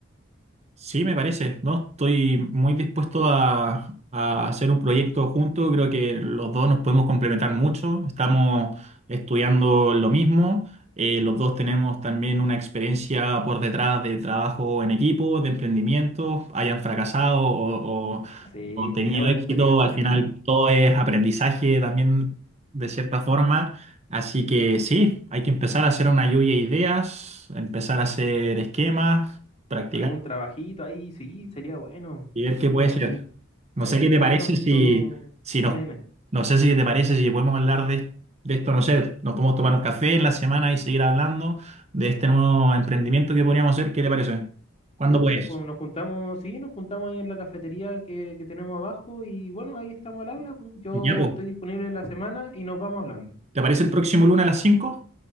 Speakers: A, on the right; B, on the left.
A: Sí, me parece, ¿no? Estoy muy dispuesto a, a hacer un proyecto juntos. Creo que los dos nos podemos complementar mucho. Estamos estudiando lo mismo. Eh, los dos tenemos también una experiencia por detrás de trabajo en equipo, de emprendimiento, hayan fracasado o, o,
B: Sí,
A: o tenido
B: tenemos
A: éxito.
B: la experiencia.
A: Al final todo es aprendizaje también de cierta forma. Así que sí, hay que empezar a hacer una lluvia de ideas, empezar a hacer esquemas, practicar
B: algún trabajito ahí, sí, sería bueno.
A: y ver
B: Sí,
A: qué puede
B: a mí,
A: ser. No
B: a mí
A: sé
B: me gustaría
A: qué te parece
B: mucho.
A: si, si
B: Dime,
A: no,
B: dime.
A: no sé si te parece si podemos hablar de, de esto, no sé, nos podemos tomar un café en la semana y seguir hablando de este nuevo emprendimiento que podríamos hacer, ¿qué te parece? ¿Cuándo
B: Súper,
A: puedes?
B: pues nos juntamos, sí, nos juntamos ahí en la cafetería que, que tenemos abajo y bueno, ahí estamos al habla. pues. Yo
A: Ya, po.
B: estoy disponible la semana y nos vamos hablando.
A: ¿Te parece el próximo lunes a las cinco